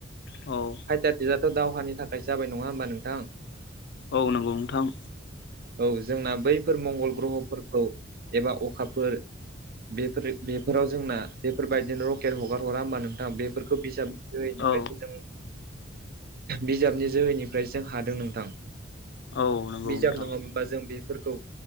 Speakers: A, on the left; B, on the right.
A: औ।
B: फाइटार जेटआथ' दावहानि थाखायो जाबाय नङा होमबा नोंथां।
A: औ नंगौ नोंथां।
B: औ जोंना बैफोर मंगल ग्रह'फोरखौ एबा अखाफोर। बेफोर बेफोराव जोंना बेफोरबायदिनो रकेट हगार हरा होमबा नोंथाङा बेफोरखौ बिजाब <unintelligible> जों
A: औ
B: बिजाबनि जोहैनिफ्रायसो जों हादों नोंथां।
A: औ नंगौ
B: बिजाब
A: नोंथां
B: नङामोनबा जों बेफोरखौ